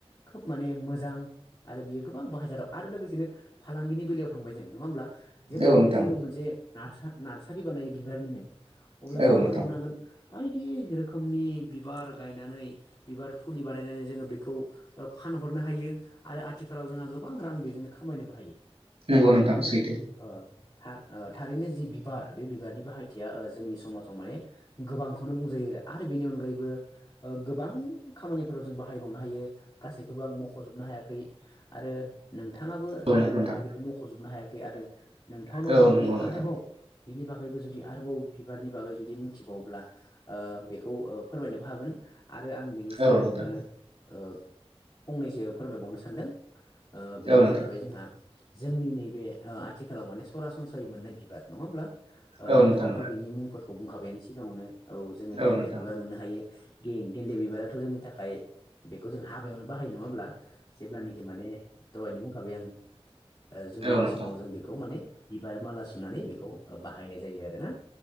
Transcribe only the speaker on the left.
खोब माने मोजां आरो बियो गोबां बाहायजा दाव आरो लोगोसेनो फालांगिनि बेलायाव थांबाय जों नङा होमब्ला जेब्लानोखि
जोङो मोनसे नारसा नार्सारि बानायो बिबारनिनो अब्ला
जों मा
खालामनो हागोन बायदि रोखोमनि बिबार गायनानै बिबार फुलि बानायनानै जोङो बेखौ फानहरनो हायो आरो आथिखालाव जोंहा गोबां रां बेजोंनो खामायनोबो हायो
ओ <unintelligible> ओ थारैनो जि बिबार बे बि बिबारनि बाहायथिया जोंनि समाजाव माने गोबांखौनो बुंजायो आरो आरो बेनि अनगायैबो ओ गोबां खामानिफोराव जों बाहायबावनो हायो गासैखौबो आं मख'जोबनो हायाखै आरो नों थाङाबो
जानांगौ
माने बेखौ मख'जोबनो हाया। आरो नोंथांनावबो
जुदि
आरोबाव बिनि बागैबो जुदि आरोबाव बिबारनि बागै जुदि मिथिबावोब्ला ओ बेखौ फोरमायनोबो हागोन आरो आं बे सिगाङावनो
ओ फंनैसो फोरमायबावनो सानदों। ओ बेनो
जाहैबाय जोंहा जोंनि नैबे ओ आथिखालाव माने सरासनस्रायै मोननाय बिबार नङा होमब्ला? ओ
नोंथाङाथ'
बिनि मुंफोर बुंखाबायानो सिगाङावनो। औ जोङो
गेन्दे
बिबार मोननो हायो। गेन गेन्दे बिबारा जोंनि थाखाय बेखौ जों हाबायावनो बाहायो नङा होमब्ला जेब्लानोखि माने दहायनो बुंखाबाय आं ओ जुलिनि
समाव जों बेखौ माने बिबार माला सुनानै बेखौ बाहायनाय जायो आरो ना